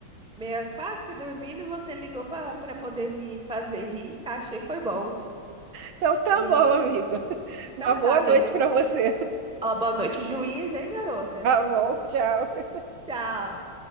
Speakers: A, in the centre; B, on the right.
A: meia quase que dormindo, e você ligou pra, pra poder me fazer rir. Achei foi bom.
B: Então tá
A: Me-
B: bom, amigo.
A: Então
B: Uma boa
A: tá, amiga.
B: noite pra você.
A: Ó, boa noite, juiz, hein, garota?
B: Tá bom, tchau.
A: Tchau.